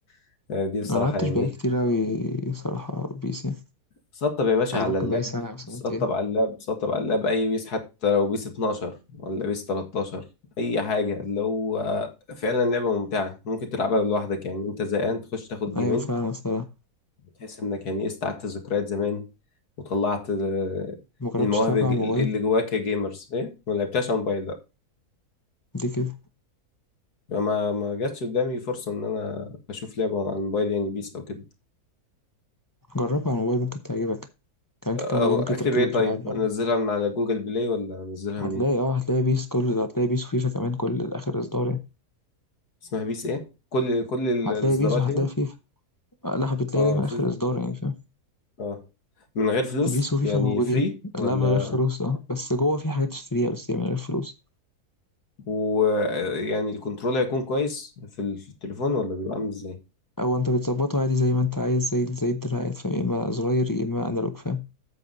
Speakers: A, on the left; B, on the left.
A: <laughs> آه، دي بصراحه
B: أنا ملعبتش
A: يعني
B: بقالي
A: ايه
B: كتير أوي صراحة بيس يعني
A: سطب يا باشا
B: عايز
A: على
B: ممكن
A: اللاب
B: بقالي سنة أو سنتين
A: سطب على اللاب سطب على اللاب اي بيس حتى لو بيس 12 ولا بيس 13 اي حاجه اللي هو فعلا لعبه ممتعه ممكن تلعبها لوحدك يعني انت زهقان تخش تاخد جيمين
B: أيوة فعلا صراحة
A: تحس انك يعني ايه استعدت ذكريات زمان وطلعت آه،
B: مجربتش
A: المواهب
B: تلعبها
A: الج-
B: على
A: اللي
B: الموبايل
A: جواك يا جيمرز ايه ما لعبتهاش على الموبايل
B: دي كده
A: يعني ما ما جاتش قدامي فرصة إن أنا أشوف لعبة على الموبايل يعني بيس أو كده
B: جربها على الموبايل ممكن تعجبك كان
A: أه،
B: كده كان موبايل ممكن
A: أكتب
B: تركبه
A: إيه
B: وتلعب
A: طيب؟
B: برضه
A: أنزلها من على جوجل بلاي ولا أنزلها
B: هتلاقي
A: منين؟
B: اه هتلاقي بيس كل هتلاقي بيس وفيفا كمان كل آخر إصدار يعني
A: اسمها بيس إيه؟ كل كل ال-
B: هتلاقي
A: الإصدارات
B: بيس وهتلاقي
A: يعني؟
B: فيفا آه، لا بتلاقي
A: أه
B: دايما
A: فيفا؟
B: آخر إصدار يعني فاهم
A: أه من غير فلوس؟
B: بيس وفيفا
A: يعني
B: موجودين
A: فري ولا
B: لا من غير فلوس اه بس جوه في حاجات تشتريها بس هي من غير فلوس
A: ويعني الكنترول هيكون كويس في ال- في التليفون ولا بيبقى عامل إزاي؟
B: او انت بتظبطه عادي زي ما انت عايز زي زي الدراعات فاهم يا اما زراير يا اما انالوج فاهم